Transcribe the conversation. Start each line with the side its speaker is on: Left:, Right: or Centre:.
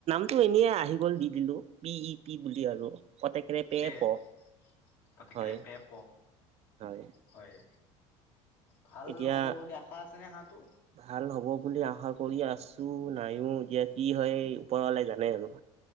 Right: টো এনেই আহি গ'ল দি দিলো পি ই পি বুলি আৰু। পত একাৰে পে
Left: পেপ
Right: প
Left: পতিকৰে
Right: হয়
Left: পেপ
Right: হয়।
Left: হয় ভাল
Right: এতিয়া
Left: হ'ব বুলি আশা আছে নে হাঁহটো?
Right: ভাল হ'ব বুলি আশা কৰি আছো নাইও এতিয়া কি হয় ওপৰৱালাই জানে আৰু।